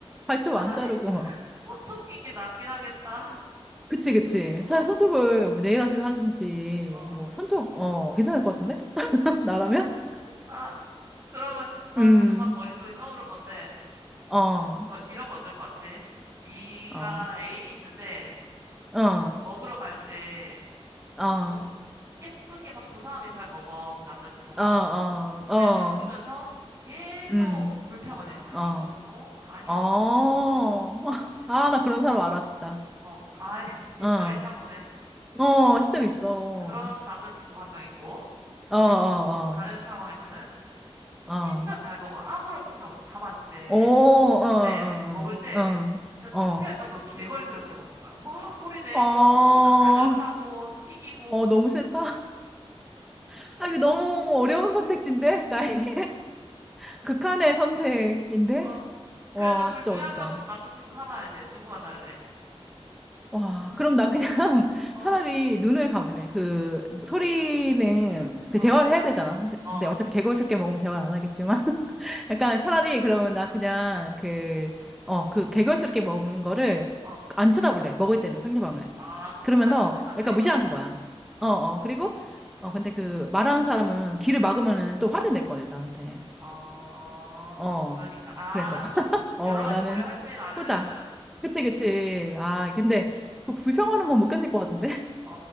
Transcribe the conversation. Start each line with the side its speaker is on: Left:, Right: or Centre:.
Centre: 발톱
Right: 차라리
Centre: 안 자르고 막.
Right: 손톱 긴 게 낫긴 하겠다. <laughs>
Centre: 그치 그치.
Right: 어,
Centre: 사실 손톱을 뭐 네일 아트를 하든지
Right: 어.
Centre: 뭐 손톱 어 괜찮을 것 같은데? <laughs> 나라면?
Right: 나, 그러면, 나
Centre: 음.
Right: 지금 막 머릿속에 떠오른 건데,
Centre: 어.
Right: 너 이러면 어떨 것 같아? 네가
Centre: 어.
Right: 애인이 있는데,
Centre: 어.
Right: 먹으러 갈 때,
Centre: 어.
Right: 뭐 예쁘게 막 고상하게 잘 먹어, 그 남자친구가.
Centre: 어. 어.
Right: 근데
Centre: 어.
Right: 먹으면서 계속
Centre: 음.
Right: 불평을 해. 아,
Centre: 어.
Right: 이거는 뭐, 간이
Centre: 어.
Right: 어떻고,
Centre: <laughs>
Right: 뭐 냄새가,
Centre: 아, 나 그런 사람 알아, 진짜.
Right: 어, 아, <laughs> 실제로
Centre: 어.
Right: 있나 보네.
Centre: 어, 실제로 있어.
Right: 그런 남자친구가 한 명 있고,
Centre: 어,
Right: 그리고
Centre: 어,
Right: 다른 상황에서는,
Centre: 어.
Right: 진짜
Centre: 어.
Right: 잘 먹어. 아무런 불편 없어. 다 맛있대.
Centre: 오,
Right: 근데
Centre: 어, 어,
Right: 먹을 때
Centre: 어.
Right: 진짜 창피할
Centre: 어.
Right: 정도로 개걸스럽게 먹는 거야. 막 소리 내고
Centre: 어. 어,
Right: 막 따그락따그락 하고 튀기고
Centre: 어, 너무 싫다. <laughs> 아, 이게 너무 어려운 선택지인데? 나에게? <laughs> 극한의 선택인데?
Right: 어. 그래도
Centre: 와,
Right: 둘
Centre: 진짜
Right: 중에
Centre: 어렵다.
Right: 한 명 남자친구 삼아야 돼. 누구 만날래?
Centre: 와, 그럼 나 그냥 <laughs>
Right: 어,
Centre: 차라리 눈을 감을래. 그 소리는 그
Right: 어,
Centre: 대화를 해야 되잖아. 근데,
Right: 어,
Centre: 근데 어차피 개걸스럽게 먹으면 대화를 안 하겠지만 <laughs> 약간 차라리 그러면 나 그냥 그, 어, 그 개걸스럽게 먹는 거를
Right: 어.
Centre: 안 쳐다볼래. 먹을 때는 상대방을.
Right: 아, 그 후자를
Centre: 그러면서
Right: 선택한다
Centre: 약간
Right: 이거네?
Centre: 무시하는 거야. 어, 어. 그리고 어, 근데 그 말하는 사람은 귀를 막으면은 또 화를 낼 거야, 나한테.
Right: 어,
Centre: 어.
Right: 그러니까. 아,
Centre: 그래서.
Right: 좀
Centre: 어,
Right: 여러 가지
Centre: 나는
Right: 고려했네, 나름.
Centre: 후자. 그치, 그치. 아, 근데 그 불평하는 건 못 견딜 것 같은데?
Right: 어,